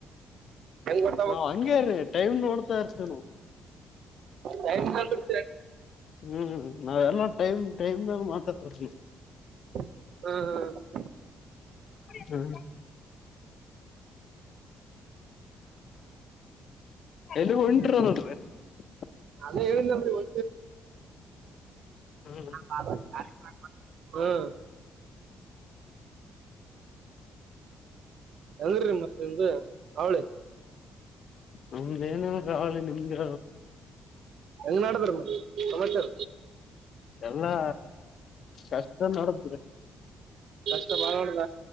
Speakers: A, on the right; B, on the left.
A: ಗೊತ್ತಾಗ್ಬೇಕು
B: ನಾವ್ ಹಂಗೇ ರೀ ಟೈಮ್ ನೋಡ್ತಾ ಇರ್ತೇವಿ ನಾವು.
A: ಟೈಮ್ <unintelligible>
B: ಹ್ಮ್ ನಾವೆಲ್ಲ ಟೈಮ್ ಟೈಮ್ ಮೇಲೆ ಮಾತಾಡೂರ್
A: ಹ್ಮ ಹ್ಮ್
B: ಹ್ಮ ಎಲ್ಲಿಗ್ ಹೊಂಟ್ರಲ್ಲ. <unintelligible>
A: ನಾನೇ ಹೇಳಿಲ್ಲನ್ರಿ ಒ
B: ಹ್ಮ್
A: ಹಾ ಬ <unintelligible> ಹ್ಮ ಅಂಗ್ರಿರಿ ಮತ್ತೆ ನಿದ ಅವಳಿ
B: ನಮ್ದ ಏನೇನ್ ಹವಳಿ ನಿಮ್ದಿ
A: ಹೆಂಗ್ ನಾಡದ್ರ ಸಮಾಚಾರ
B: ಎಲ್ಲಾ ಕಷ್ಟ ನೋಡಿದ್ರಿ
A: ಭಳ ಮಾಡದ